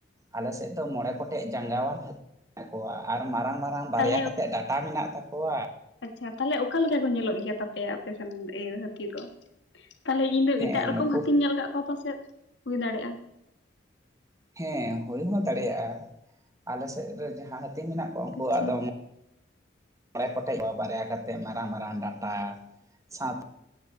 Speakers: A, on the right; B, on the left.
A: ᱟᱞᱮᱥᱮᱫ ᱫᱚ ᱢᱚᱬᱮ ᱠᱚᱴᱮᱡ ᱡᱟᱸᱜᱟᱣᱟᱱ ᱦᱟᱹᱛᱤ ᱢᱮᱱᱟᱜ ᱠᱚᱣᱟ ᱟᱨ ᱢᱟᱨᱟᱝ ᱢᱟᱨᱟᱝ ᱵᱟᱨᱭᱟ
B: ᱛᱟᱦᱞᱮ
A: ᱠᱟᱛᱮᱜ ᱰᱟᱴᱟ ᱢᱮᱱᱟᱜ ᱛᱟᱠᱚᱣᱟ᱾
B: ᱟᱪᱪᱷᱟ ᱛᱟᱦᱞᱮ ᱚᱠᱟᱞᱮᱠᱟ ᱠᱚ ᱧᱮᱞᱚᱜ ᱜᱮᱭᱟ ᱛᱟᱯᱮᱭᱟ ᱟᱯᱮ ᱨᱮᱱᱥᱮ ᱦᱟᱹᱛᱤ ᱫᱚ? ᱛᱟᱦᱮᱞᱮ ᱤᱧ ᱫᱚ
A: ᱦᱮᱸ
B: ᱮᱴᱟᱜ ᱨᱚᱠᱚᱢ
A: ᱱᱩᱠᱩ
B: ᱦᱟᱹᱛᱤᱧ ᱧᱮᱞ ᱠᱟᱜ ᱠᱚᱣᱟ ᱯᱟᱥᱮᱡ ᱦᱩᱭ ᱫᱟᱲᱮᱭᱟᱜᱼᱟ᱾
A: ᱦᱮᱸ ᱦᱩᱭ ᱦᱚᱸ ᱫᱟᱲᱮᱭᱟᱜᱼᱟ ᱟᱞᱮᱥᱮᱫ ᱨᱮ ᱡᱟᱦᱟᱸ ᱦᱟᱹᱛᱤ ᱢᱮᱱᱟᱜ ᱠᱚ ᱩᱝᱠᱩ
B: ᱟᱪᱪᱷᱟ
A: ᱣᱟᱜ ᱫᱚ ᱢᱚ ᱢᱚᱬᱮ ᱜᱚᱴᱮᱡ ᱵᱟᱨᱭᱟ ᱠᱟᱛᱮᱫ ᱢᱟᱨᱟᱝ ᱢᱟᱨᱟᱝ ᱰᱟᱴᱟ ᱥᱟᱶ